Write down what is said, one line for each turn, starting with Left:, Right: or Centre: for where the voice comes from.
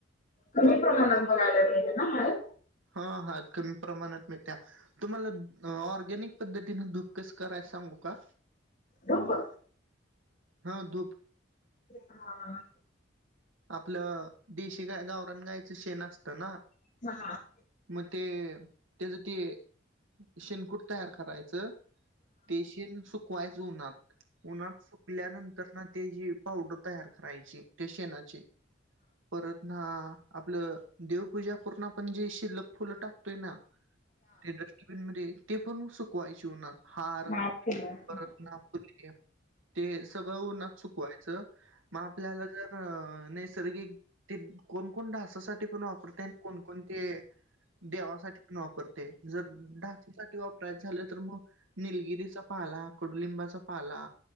Left: कमी प्रमाणात बघायला मिळते ना हळ
Right: हा हात कमी प्रमाणात मिळ्या तुम्हाला ऑर्गॅनिक पद्धतीने दूप कस कराय सांगू का?
Left: रपा
Right: हा दुप.
Left: हा.
Right: आपलं देशी गाय गावरान गायचं शेण असतं ना.
Left: <unintelligible>
Right: मग ते, त्याच ते शेनकूट तयार करायचं देशित सुकवायच उन्हात, उन्हात सुक पिल्यानंतर ना ते जी पावडर तयार करायची ते शेणाची. परत ना, आपलं देवपूजा करून पण जी शिल्लक फुलं टाक ते ना, ते डस्टबिन मध्ये ते पण सुकवायची उन्हात. हार,
Left: माफी आहे
Right: परत ना पल्ली ते सगळं उन्हात सुकवायचं म आपल्याला जर नैसर्गिक ते कोण-कोण ढासासाठी पण वापरतयं कोणकोण ते देवासाठी पण वापरते, जर ढाससाठी वापरायच झालं तर मग निलगिरीचा पाला, कडुलिंबाचा पाला